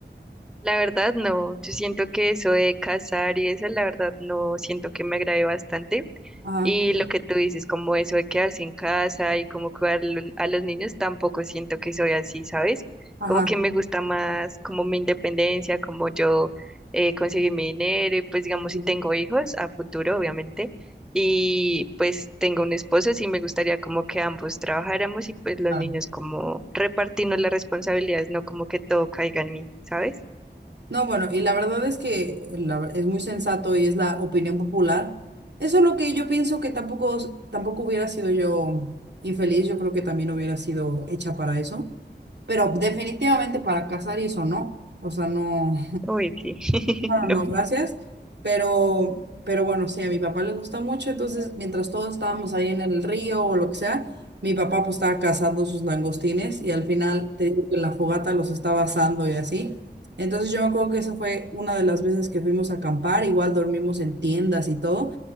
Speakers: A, in the centre; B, on the right.
A: La verdad, no. Yo siento que eso de cazar y eso, la verdad, no siento que me agrade bastante.
B: Ajá,
A: Y lo que tú dices, como eso de quedarse en casa y como cuidar lo- a los niños, tampoco siento que soy así, ¿sabes?
B: ajá.
A: Como que me gusta más como mi independencia, como yo eh, conseguir mi dinero y pues digamos
B: sí,
A: si tengo hijos a futuro, obviamente, y pues tengo un esposo, sí me gustaría como que ambos trabajáramos y pues los
B: claro.
A: niños como repartirnos las responsabilidades, no como que todo caiga en mí, ¿sabes?
B: No, bueno, y la verdad es que la ver- es muy sensato y es la opinión popular. Eso es lo que yo pienso que tampoco, tampoco hubiera sido yo infeliz, yo creo que también hubiera sido hecha para eso, pero definitivamente para casar y eso no, o sea, no,
A: Uy, sí. <laughs>
B: No,
A: No.
B: no, no, gracias. Pero, pero bueno, sí, a mi papá le gusta mucho. Entonces, mientras todos estábamos ahí en el río o lo que sea, mi papá pues estaba cazando sus langostines y al final te digo que en la fogata los estaba asando y así. Entonces yo me acuerdo que esa fue una de las veces que fuimos a acampar. Igual dormimos en tiendas y todo.